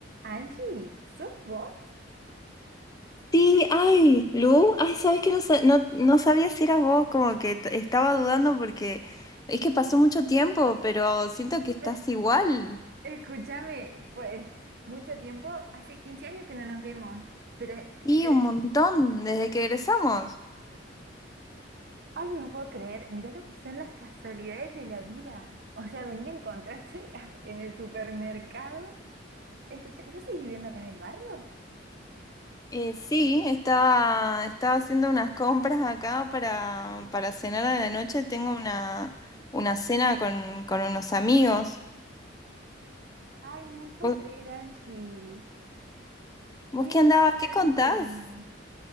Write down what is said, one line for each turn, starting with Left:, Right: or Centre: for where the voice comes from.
Right: Angie, ¿sos vos?
Left: Sí, ay, Lu, ay, sabes que no, sa- no, no sabía si eras vos, como que t- estaba dudando porque es que pasó mucho tiempo, pero siento que estás
Right: Pero,
Left: igual.
Right: escúchame, pues mucho tiempo, hace 15 años que no nos vemos, pero,
Left: Sí,
Right: pero,
Left: un montón, desde que egresamos.
Right: ay, no puedo creer, mira lo que son las casualidades de la vida. O sea, venir a encontrarte <laughs> en el supermercado. Escucha, ¿vos seguís viviendo acá en el barrio?
Left: Eh, sí, estaba, estaba haciendo unas compras acá para, para cenar a la noche. Tengo una, una cena con, con unos amigos.
Right: Ay, no puedo
Left: ¿Vos,
Right: creer, Angie.
Left: vos
Right: Qué
Left: qué
Right: lindo
Left: andabas? ¿Qué
Right: verte.
Left: contás?